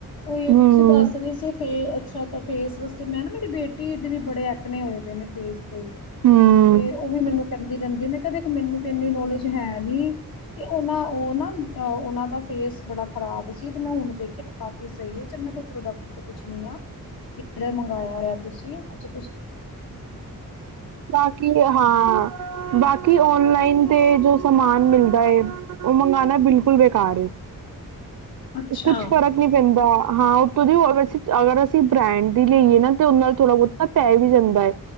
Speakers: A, on the left; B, on the right.
A: ਉਹੀ ਹੈ
B: ਹਮ
A: ਤੁਸੀਂ ਦੱਸ ਰਹੇ ਸੀ ਫੇਰ ਅੱਛਾ ਤ ਫੇਸ ਵਾਸਤੇ ਮੈਂ ਨਾ ਮੇਰੀ ਬੇਟੀ ਦੇ ਵੀ ਬੜੇ ਐਕਨੇ ਹੋਏ ਦੇ ਨੇ ਫੇਸ ਤੇ,
B: ਹਮ
A: ਤੇ ਉਹ ਵੀ ਮੈਨੂੰ ਕਹਿੰਦੀ ਰਹਿੰਦੀ ਨੇ ਕਹਿੰਦੇ ਮੈਨੂੰ ਤੇ ਇੰਨੀ ਨੌਲੇਜ ਹੈ ਨੀ ਕਿ ਉਹਨਾ ਉਹ ਨਾ ਉਹਨਾਂ ਦਾ ਫੇਸ ਬੜਾ ਖਰਾਬ ਸੀ ਤੇ ਮੈਂ ਹੁਣ ਦੇਖਿਆ ਕਾਫੀ ਸਹੀ ਹੈ ਚੱਲ ਮੈਂ ਕੋ ਪ੍ਰੋਡਕਟ ਪੁੱਛਣੀ ਆ। ਕਿੜਾ ਮੰਗਵਾਇਆ ਹੋਇਆ ਤੁਸੀਂ ਅੱਛਾ ਤੁ
B: ਬਾਕੀ ਹਾਂ ਬਾਕੀ ਓਨਲਾਈਨ ਤੇ ਜੋ ਸਮਾਨ ਮਿਲਦਾ ਹੈ ਉਹ ਮੰਗਵਾਉਣਾ ਬਿਲਕੁਲ ਬੇਕਾਰ ਏ।
A: ਅੱਛਾ।
B: ਕੁੱਛ ਫ਼ਰਕ ਨੀ ਪੈਂ ਹਾਂ ਉਤੋਂ ਦੀ ਵੈਸੇ ਅਗਰ ਅਸੀਂ ਬ੍ਰੈਂਡ ਦੀ ਲਈਏ ਨਾ ਤੇ ਉਹ ਨਾਲ ਥੋੜਾ ਬਹੁਤਾ ਪੈ ਵੀ ਜਾਂਦਾ ਹੈ